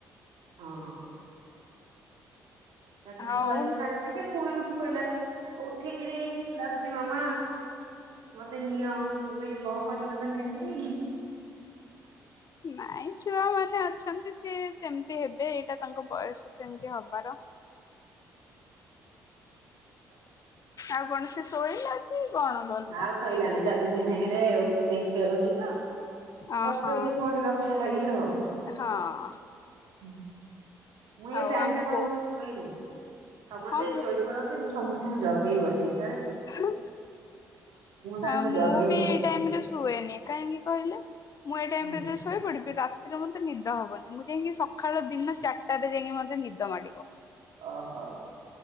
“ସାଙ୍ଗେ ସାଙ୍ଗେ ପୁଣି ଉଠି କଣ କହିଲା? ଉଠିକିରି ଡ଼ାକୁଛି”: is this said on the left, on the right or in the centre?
Right